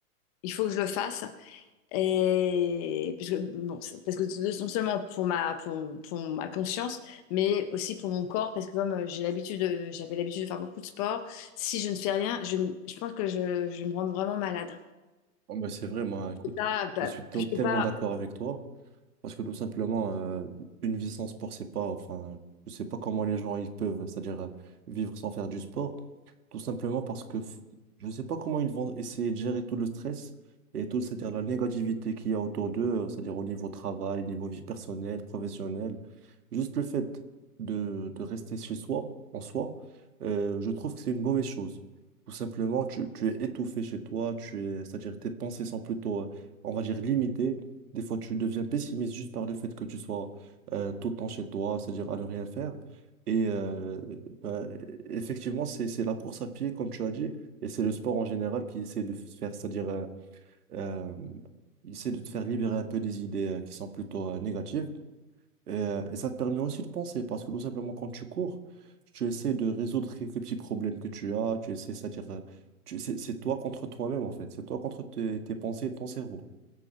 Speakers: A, on the left (about 25°); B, on the right (about 75°).
A: il faut que je le fasse. Et parce que, bon, c'est- parce que non seulement pour ma, pour, pour ma conscience, mais aussi pour mon corps, parce que comme euh, j'ai l'habitude de, j'avais l'habitude de faire beaucoup de sport, si je ne fais rien, je, m- je pense que je, je vais me rendre vraiment malade.
B: Oh, bah, c'est vrai, moi, écoute,
A: Ça, bah,
B: je suis tel-
A: je peux
B: tellement
A: pas
B: d'accord avec toi. Parce que tout simplement, euh, une vie sans sport, c'est pas, enfin, je sais pas comment les gens ils peuvent, c'est-à-dire euh, vivre sans faire du sport. Tout simplement parce que f- je sais pas comment ils vont essayer de gérer tout le stress et tout, c'est-à-dire la négativité qu'il y a autour d'eux, euh, c'est-à-dire au niveau travail, niveau vie personnelle, professionnelle. Juste le fait de, de rester chez soi, en soi, euh, je trouve que c'est une mauvaise chose. Tout simplement, tu, tu es étouffé chez toi, tu es, c'est-à-dire tes pensées sont plutôt, euh, on va dire, limitées des fois, tu deviens pessimiste juste par le fait que tu sois euh, tout le temps chez toi, c'est-à-dire à ne rien faire. Et euh, ben, effectivement, c'est, c'est la course à pied, comme tu as dit, et c'est le sport en général qui essaie de faire, c'est-à-dire, euh, euh, il essaie de te faire libérer un peu des idées euh, qui sont plutôt euh, négatives. Et, euh, et ça te permet aussi de penser, parce que tout simplement, quand tu cours, tu essaies de résoudre quelques petits problèmes que tu as, tu essaies, c'est-à-dire, euh, tu- c'est c'est toi contre toi-même, en fait. C'est toi contre tes, tes pensées et ton cerveau.